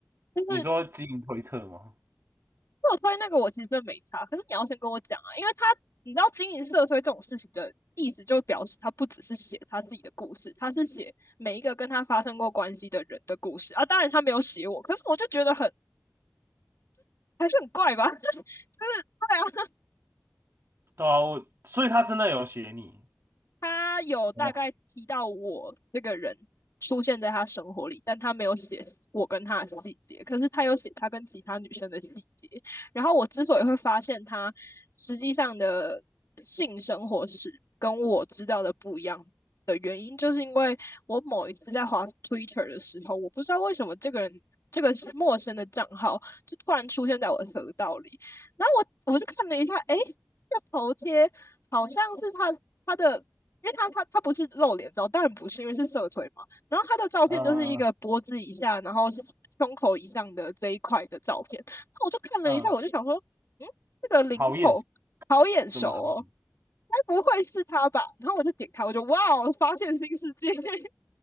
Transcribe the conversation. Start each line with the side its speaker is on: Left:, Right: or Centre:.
Left: 就是
Right: 你说基因推特吗？
Left: 社推那个我其实真的没差，可是你要先跟我讲啊，因为他你知道经营社推这种事情的意思，就表示他不只是写他自己的故事，他是写每一个跟他发生过关系的人的故事啊。当然他没有写我，可是我就觉得很。还是很怪吧？<laughs> 就是对啊，
Right: 对啊，我所以他真的有写你。
Left: 他有大概提到我这个人出现在他生活里，
Right: 没有
Left: 但他没有写我跟他的细节，可是他有写他跟其他女生的细节。然后我之所以会发现他实际上的性生活是跟我知道的不一样的原因，就是因为我某一次在滑 Twitter 的时候，我不知道为什么这个人。这个是陌生的账号，就突然出现在我的河道里，然后我我就看了一下，诶，这头贴好像是他他的因为他他他不是露脸照，当然不是，因为是社腿嘛。然后他的照片就是一个脖子以下，
Right: 嗯
Left: 然后胸口以上的这一块的照片。那我就看了一下，
Right: 嗯，
Left: 我就想说，嗯，这个领口好眼熟哦，
Right: 好眼熟，这么好，
Left: 该不会是他吧？然后我就点开，我就哇哦，发现新世界，<laughs>